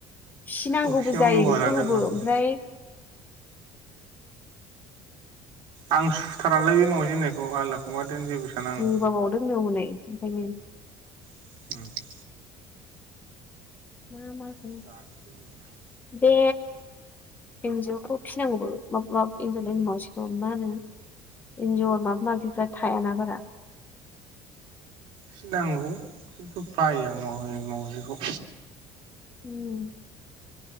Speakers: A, on the left; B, on the right.
A: फिनांगौबो
B: सौखियाव
A: जायो
B: गोबानानै
A: बेफोरखौबो
B: दोनबो
A: ओमफ्राय
B: आं आं सुथारालाय बे मावजि होननायखौ आललाखौबा देन जेबो साना आं
A: गोबाबावदोंनो हनै ओंखायनो
B: <unintelligible>
A: <unintelligible>
B: <unintelligible>
A: बे एन्जावखौ फिनांगौ एन्जारलायनो मावसिगौ मा होनो। इन्जर माबा माबिफ्रा थायाना बारा।
B: फिनांगौ खिन्थु बायो आं मावजि मावजिखौ
A: उम।